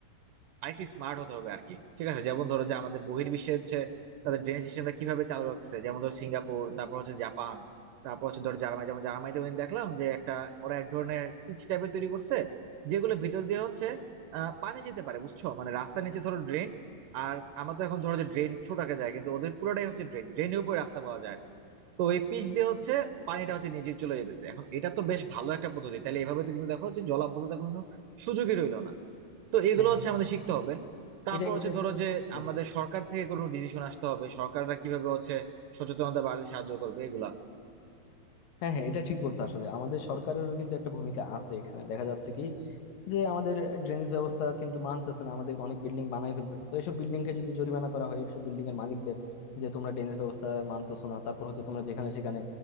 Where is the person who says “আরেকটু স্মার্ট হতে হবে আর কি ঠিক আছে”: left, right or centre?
Right